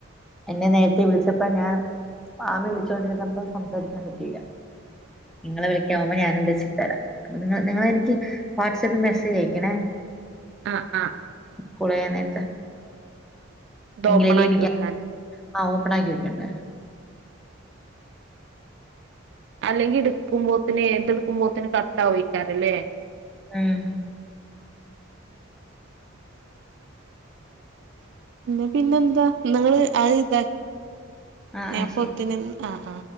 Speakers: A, in the centre; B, on the right (about 60°).
A: എന്നെ നേരത്തെ വിളിച്ചപ്പം ഞാൻ ആമി വിളിച്ചോണ്ടിരുന്നപ്പം സംസാരിക്കാൻ പറ്റീല്ല നിങ്ങളെ വിളിക്കാ മ്പോ ഞാനും വിളിച്ചിട്ടു വരാ അപ്പൊ നിങ്ങ നിങ്ങളെനിക്ക് വാട്സആപ്പിൽ മെസ്സേജ് അയക്കണേ?
B: ആഹ് ആഹ്. ആഹ്
A: കുളിയാന്നേരത്ത്
B: ആഹ് ഇത്
A: എങ്കിലല്ലേ
B: ഓപ്പൺ ആക്കി
A: എനിക്ക്
B: വെക്കാന്
A: ആഹ് ഓപ്പൺ ആക്കി വയ്ക്കണ്ടേ.
B: അല്ലെങ്കി ഇടുക്കുമ്പോത്തിന് ഇതെടുക്കുമ്പോത്തിന് കട്ടാവുക്കാരല്ലേ?
A: ഉം.
B: ന്ന് പിന്നെന്താ നിങ്ങള് അത് ഇതാക്ക്
A: ആ
B: ഞാനപ്പോത്തിന്
A: ആ ശരി
B: ആ ആ.